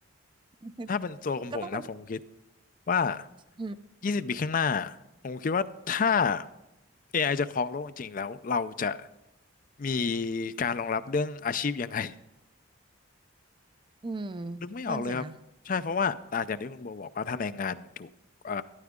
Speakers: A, on the right; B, on the left.
A: <laughs>
B: ถ้าเป็นตัวของผมนะผมคิด
A: ก็ต้องเป็น
B: ว่า
A: อืม
B: ยี่สิบปีข้างหน้าผมคิดว่าถ้า AI จะครองโลกจริงๆแล้วเราจะมีการรองรับเรื่องอาชีพยังไง
A: อืม
B: นึกไม่ออกเลยครับใช่เพราะว่าอ่าอย่างที่คุณโบบอกว่าถ้าแรงงานมันถูกเอ่อ
A: นั่นสินะ